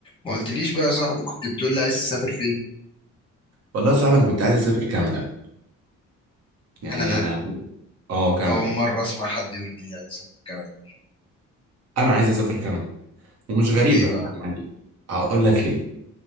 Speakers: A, on the left (about 15°); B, on the right (about 55°).
A: ما قلتليش بقى يا صاحبي كنت بتقول لي عايز تسافر فين
B: والله يا صاحبي انا كنت عايز اسافر كندا يعني
A: كندا
B: انا كنت- اه كندا
A: اول مره اسمع حد يقول لي عايز اسافر كندا
B: انا عايز اسافر كندا ومش غريبه
A: ده ليه بقى
B: يعني هقول لك ليه